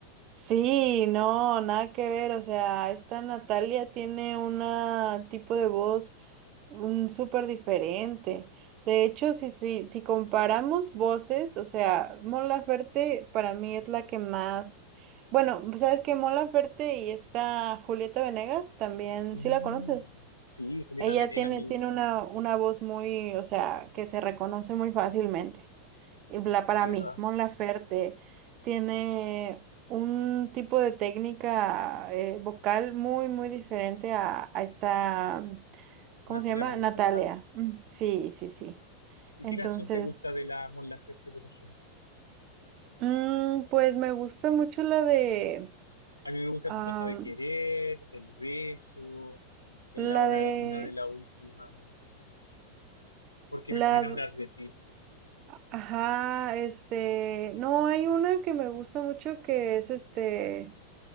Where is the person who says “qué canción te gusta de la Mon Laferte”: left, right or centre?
Left